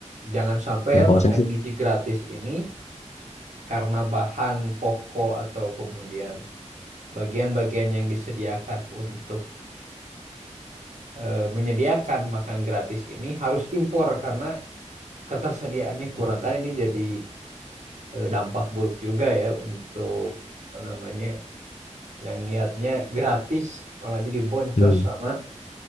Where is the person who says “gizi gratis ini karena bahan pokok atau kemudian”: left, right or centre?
Right